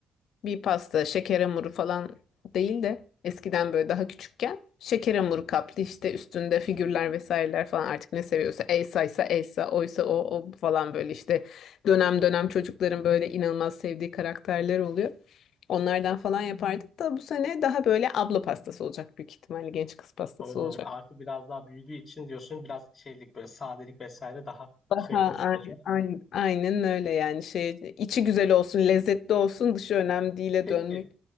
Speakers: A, on the left (about 70°); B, on the left (about 35°).
A: bir pasta şeker hamuru falan değil de eskiden böyle daha küçükken şeker hamuru kaplı işte üstünde figürler vesaireler falan artık ne seviyorsa Elsa'ysa Elsa oysa o, o falan böyle işte dönem dönem çocukların böyle inanılmaz sevdiği karakterler oluyor. Onlardan falan yapardık da bu sene daha böyle abla pastası olacak büyük ihtimalle genç kız pastası
B: Hmm,
A: olacak.
B: artık biraz daha büyüdüğü için diyorsun biraz şeylik böyle sadelik vesaire daha
A: Daha
B: şey hoş kaçar.
A: aynen, aynen, öyle yani şey içi güzel olsun lezzetli olsun dışı önemli değil'e
B: Peki
A: dönmek